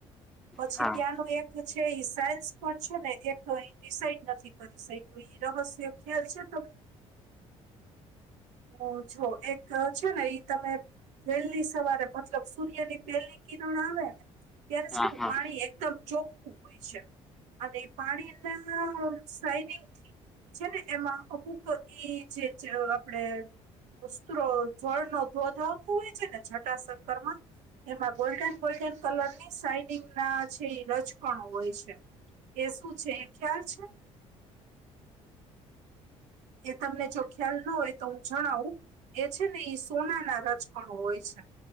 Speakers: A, on the right; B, in the centre.
A: પછી
B: હા
A: ત્યાંનું એક છે. સાયન્સ પણ છે ને એક ડિસાાઈડ નથી કરી શક્યું. રહસ્ય ખ્યાલ છે. ત ઓછો એક છે ને એ તમે વહેલી સવારે મતલબ સૂર્ય ની પહેલી કિરણ આવે અત્યારે
B: હા
A: છે ને
B: હા
A: પાણી એકદમ ચોખ હોય છે. અને પાણી ના સાડિંગ છે ને એમાં <unintelligible> આપણે જળ નો ધોધ આવતો હોય છે ને જતાશંકર માં એમાં ગોલ્ડન ગોલ્ડન કલરની સાઈડિંગ ના જે રજકણો હોય છે. એ શું છે? એ ખ્યાલ છે. એ તમને જો ખ્યાલ તો હું જણાવું. એ છે ને એ સોના ના રચકણો હોય છે.